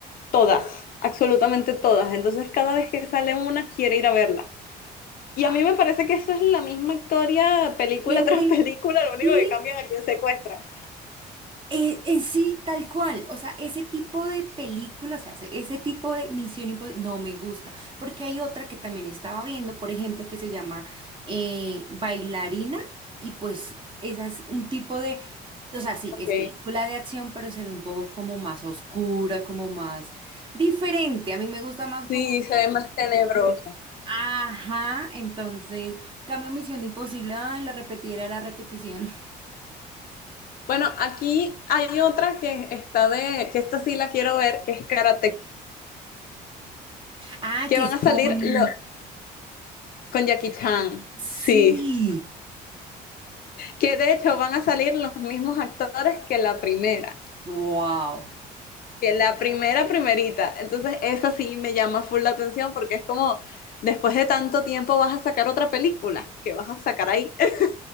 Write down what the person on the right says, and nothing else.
Ah,
Siempre,
sí.
Eh, eh, sí, tal cual. O sea, ese tipo de películas, o sea, ese ese tipo de Misión Imposible, no me gusta. Porque hay otra que también estaba viendo, por ejemplo, que se llama eh, Bailarina. Y pues, esa es un tipo de. O sea, sí,
es película de acción, pero se ve un poco como más oscura, como más diferente. A mí me gusta más como.
Ajá, entonces, cambio Misión Imposible. Ay, la repetida, la repetición.
Ah,
que
es
con.
Sí.
Wow.